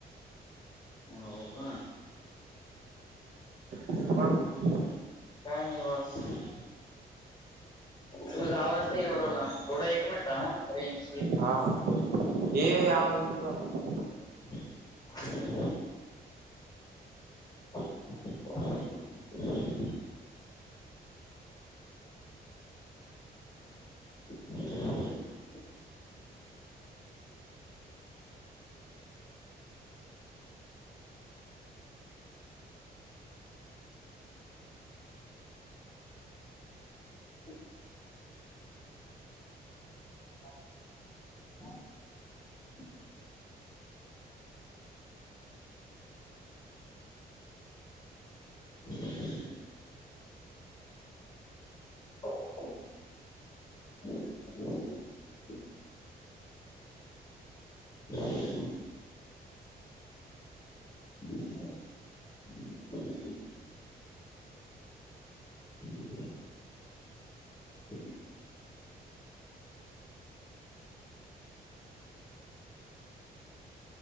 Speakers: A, on the left (about 25°); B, on the right (about 70°).
A: हव का.
B: <unintelligible>
A: <unintelligible> तुझा आवाज नाई येऊ राहिला. थोडा एक मिनट थांब अ रेंज
B: हा ये आवाज <unintelligible>
A: <unintelligible> <unintelligible> <unintelligible> <inaudible> ह <inaudible> <inaudible> <inaudible> <inaudible> <inaudible> <inaudible> <inaudible>